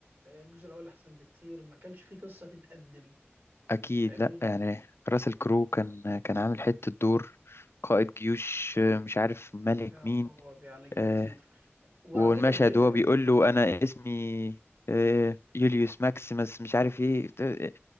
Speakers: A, on the right (about 75°); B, on the left (about 65°).
A: الجزء الاول احسن بكتير ما كانش فيه قصة تتقدم
B: أكيد
A: فاهمني
B: لأ يعني راسل كرو كان كان عامل حتة دور قائد جيوش مش عارف ملك
A: يا
B: مين
A: خرابي على جلاديتور
B: آه
A: وعلى
B: والمشهد
A: فكرة جلاديتور
B: هو بيقول له أنا اسمي آه يوليوس ماكسيمس مش عارف ايه آه،